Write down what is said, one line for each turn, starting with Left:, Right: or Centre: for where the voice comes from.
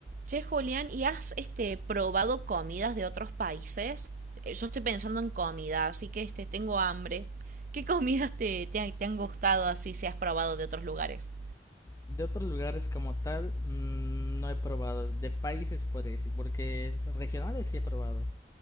Right: Che, Julián, ¿y has este, probado comidas de otros países? Eh, Yo estoy pensando en comida, así que este, tengo hambre. ¿Qué <laughs> comidas te, te han, te han gustado así si has probado de otros lugares?
Left: De otros lugares como tal, mm, no he probado. De países por decir, porque regionales sí he probado.